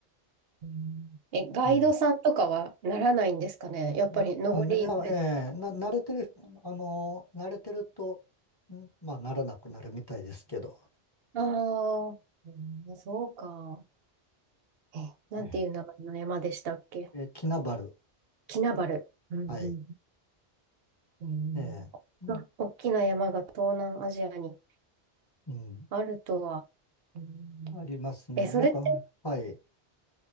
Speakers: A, on the right; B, on the left.
A: うんえ、ガイドさんとかはならないんですかね。
B: ええ
A: やっぱり登りに慣れ、
B: まあ、うんいやええな、慣れてる人、あの、慣れてると、んまあ、ならなくなるみたいですけど、
A: ああ、うんそうか。え、なんていう名前の山でしたっけ
B: うんえええキナバル、
A: キナバル。うん
B: はい、
A: うん。
B: ええうん、
A: うんあ、大きな山が東南アジアに
B: うん
A: あるとは。うん
B: ありますね。
A: え、それって、
B: なんか、はい。